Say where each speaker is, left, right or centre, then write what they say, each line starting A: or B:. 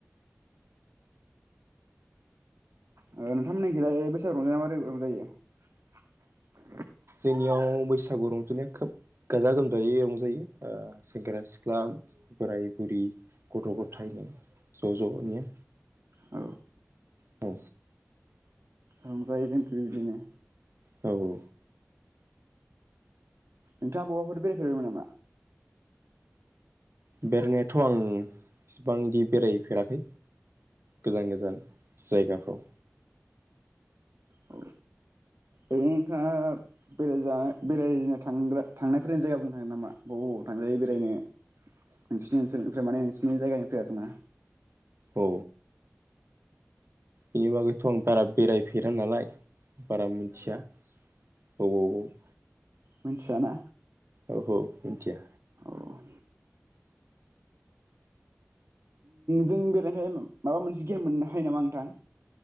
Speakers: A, on the right; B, on the right.
A: नोंथांमोननि खैलाय बैसागआव रंजानाया मारै रंजायो
B: जोंनियाव बैसागु रंजानाया खोब गाजा गोमजायै रंजायो सेंग्रा सिख्ला बोराय बुरि गथ' गथायनि ज' ज'यै
A: औ
B: औ
A: रंजायो जोंखैबो बिदिनो
B: औ औ
A: नोंथाङा बबावबाफोर बेरायफेरबायमोन नामा
B: बेरायनायाथ' आं इसिबांदि बेरायफेराखै गोजान गोजान जायगाफ्राव
A: औ ओरैनो नोंथाङा बेरायजा बेरायनो थ्राग्रा थांनायफोरनि जायगा बुंनो हागोन नामा बबाव बबाव थांजायो बेरायनो नोंसिनि ओनसोलनिफ्राय माने नोंसिोरनि जायगानिफ्राय आरोना
B: औ बेनि बागैथ' आं बारा बेरायफेरा नालाय बारा मिथिया बबावबाव
A: मिथियाना
B: औ औ मिथिया
A: औ जों बेरायनायनिफ्राय माबा मोनसे गियान मोननो हायो नामा नोंथां